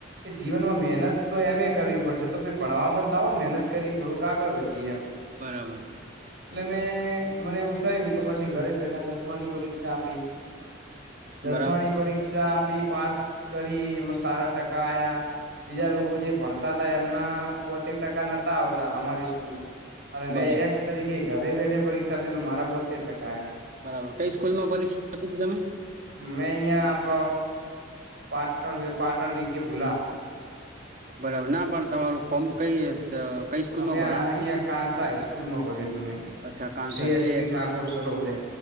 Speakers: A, on the right (about 60°); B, on the right (about 45°).
A: કે જીવનમાં મહેનત તો એમે કરવી પડશે તો ભણવામાં જ લાવો ને મહેનત કરી ને થોડુંક આગળ વધીએ એમ
B: બરાબર
A: એટલે મેં મને એવું થયું તો પછી ઘરે બેઠા દસમા ની પરીક્ષા આપી. દસમા
B: બરાબર
A: ની પરીક્ષા પાસ કરી એમાં સારા ટકા આ્યા બીજા લોકો જે ભ દાદા એમના બતે ટકા નતા આવતા અમારી સ્કૂલમાં અને મેં
B: બરાબર
A: એકસ તરીકે ઘરે બેઠ પરીક્ષા પીધું મારા બ ટક
B: બરાબર કઈ સ્કૂલ માં પરીક્ષા આપી તું તમે?
A: મે આપ પાટણ પાટણ વી કે ભુલા
B: બરાબર ના પણ તમારું ફોર્મ કઈ કઈ સ્કૂલમાં
A: અમે
B: ભરાણું
A: અહિયાં
B: હતું
A: કાંસા હાઈસ્કૂલમાં ભર્યું હતું મેં
B: અચ્છા કાનસા
A: શી
B: શ્રી
A: એસપી ઠાકોુર સરોદય